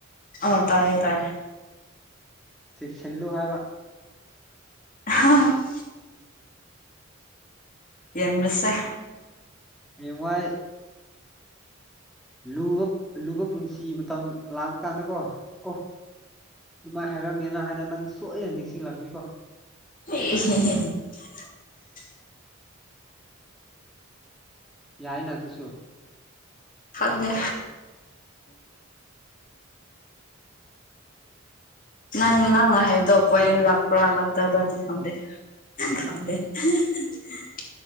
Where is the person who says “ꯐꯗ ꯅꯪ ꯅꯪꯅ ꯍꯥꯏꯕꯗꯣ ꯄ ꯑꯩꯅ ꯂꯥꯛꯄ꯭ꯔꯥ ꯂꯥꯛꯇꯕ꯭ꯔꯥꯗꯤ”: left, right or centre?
Left